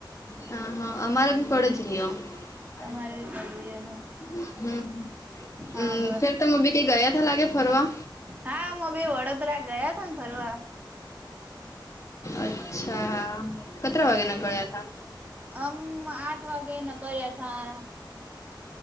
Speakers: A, on the left; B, on the right.
A: હા હા અમારે ભી પડે જ રહી્યો <unintelligible>
B: તમારે બી પડ્યુંનું હા બર
A: તો બી કંઈ ગયા ત લાગે ફરવા.
B: હા, મ બી વડોદરા ગયા હતા ને ફરવા.
A: અચ્છા, કેટલા વાગ્યા નાકળ્યા હતા?
B: હમ, આઠ વાગે ન કર્યા તા.